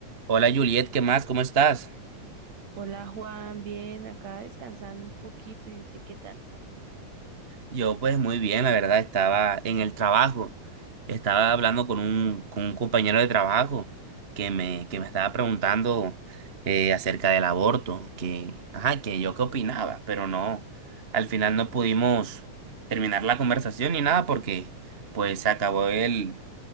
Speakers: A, on the right (about 30°); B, on the right (about 60°).
A: Hola Juliet, ¿qué más? ¿Cómo estás?
B: Hola Juan, bien, acá descansando un poquito. ¿Y usted qué tal?
A: Yo pues muy bien, la verdad, estaba en el trabajo. Estaba hablando con un, con un compañero de trabajo que me, que me estaba preguntando eh, acerca del aborto, que, ajá, que yo qué opinaba, pero no, al final no pudimos terminar la conversación ni nada porque pues se acabó el,